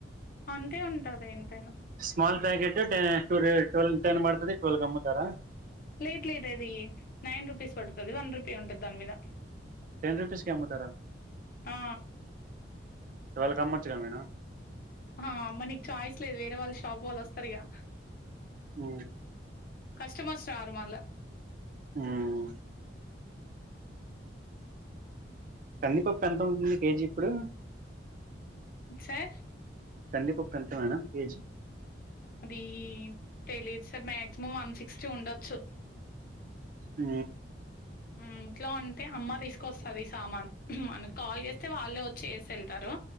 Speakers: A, on the left (about 50°); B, on the right (about 45°).
A: అంతే ఉంటది ఎంతైనా
B: స్మాల్ ప్యాకెట టెన్ టే ట్వెల్వ్ టెన్ పడుతది ట్వెల్వ్ కీ అమ్ముతారా
A: లేద్ లేదు అదీ నైన్ రూపీస్ పడుతది వన్ రూపీ ఉంటది దాని మీద
B: టెన్ రూపీస్ కి అమ్ముతారా
A: ఆ
B: ట్వెల్వ్ కీ అమ్మొచ్చు కదా మేడం
A: ఆ అమ్మ నీకి ఛాయిస్ లేదు వేరే వాళ్ళ షాప్ వాళ్ళు వస్తారు ఇగ
B: ఊ
A: కస్టమర్స్ రారు మళ్ళ
B: హ్మ కందిపప్పు ఎంత ఉంటుంది కేజీ ఇప్పుడూ
A: సర్
B: కందిపప్పు ఎంత మేడం కేజీ
A: అదీ తెలీదు సర్ మాక్సిమం వన్ సిక్స్టీ ఉండొచ్చు
B: ఊ
A: హ్మ్ ఇంట్లో ఉంటే అమ్మ తీసుకొస్తది సామాన్, మనం కాల్ చేస్తే వాళ్ళే వచ్చి ఏసి వెళ్తారు